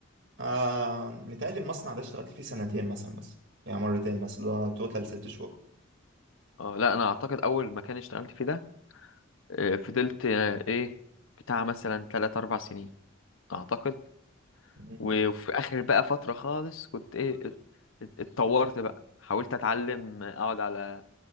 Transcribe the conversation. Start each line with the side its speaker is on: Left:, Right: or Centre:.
Right: آه متهيألي المصنع ده اشتغلت فيه سنتين مثلا بس يعني مرتين بس اللي هو توتال ست
Left: اه لا انا اعتقد اول مكان اشتغلت فيه ده آه، فضلت آه، ايه بتاع مثلا 3 4 سنين اعتقد
Right: شهور
Left: و- وفي اخر بقى فتره خالص كنت ايه ات- ات- اتطورت بقى حاولت اتعلم اقعد على